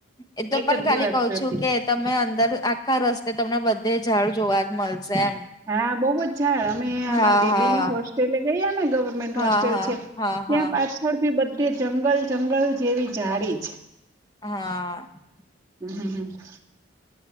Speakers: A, on the left; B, on the right.
A: એ તો
B: એક
A: પણ
B: જ
A: ખાલી
B: દિવસ
A: કઉ છું
B: હતી
A: કે તમે અંદર આખા રસ્તે તમને બધે ઝાડ જોવા જ મળશે એમ
B: હા બહુજ ઝાડ અમે
A: હા
B: અમાર બેબી
A: હા
B: ની હોસ્ટેલે ગયા ને ગવર્મેન્ટ
A: હા
B: હોસ્ટેલ
A: હા
B: છે.
A: હા. હા.
B: ત્યાં પાછળ બી બધી જંગલ જંગલ જેવી જાડી છે.
A: હા આ
B: હમ હમ હ